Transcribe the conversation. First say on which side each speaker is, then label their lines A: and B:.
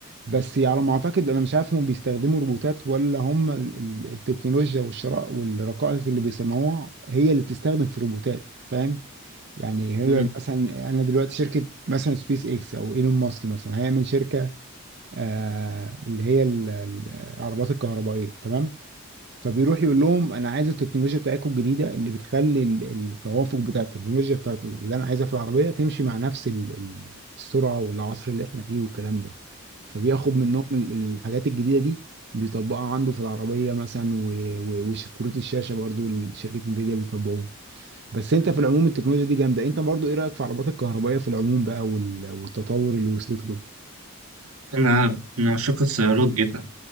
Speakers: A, on the right; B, on the right.
A: بس على ما اعتقد انا مش عارف هم بيستخدموا روبوتات ولا هم ال- ال- التكنولوجيا والشراء والرقائق اللي بيصنعوها هي اللي بتستخدم في الروبوتات فاهم يعني هي
B: مم.
A: مثلا انا دلوقتي شركه مثلا سبيس اكس او ايلون ماسك مثلا هيعمل شركه آه اللي هي ال- ال- العربات الكهربائيه تمام فبيروح يقول لهم انا عايز التكنولوجيا بتاعتكم الجديده اللي بتخلي ال- التوافق بتاع التكنولوجيا بتاعت اللي انا عايزها في العربيه تمشي مع نفس ال- ال- السرعه والعصر اللي احنا فيه والكلام ده فبياخد منهم ال- الحاجات الجديده دي بيطبقها عنده في العربيه مثلا و- و- وكروت الشاشه برضو شركه انفيديا بيطبقوها بس انت في العموم التكنولوجيا دي جامده انت برضو ايه رايك في العربات الكهربائيه في العموم بقى وال- والتطور اللي وصلت له
B: أنا من عشاق السيارات جدا